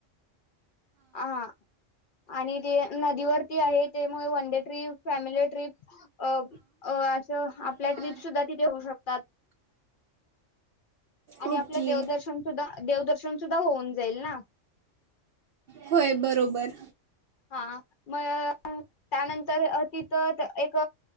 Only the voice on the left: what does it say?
हा आणि ते नदीवरती आहे त्यामुळे वनडे ट्रीप फॅमिली ट्रीप अ अ असं आपल्या
ट्रीप सुद्धा तिथे होऊ शकतात. आणि
आपलं देवदर्शन सुद्धा देवदर्शन सुद्धा होऊन जाईल ना.
हा म त्यानंतर तिथं एक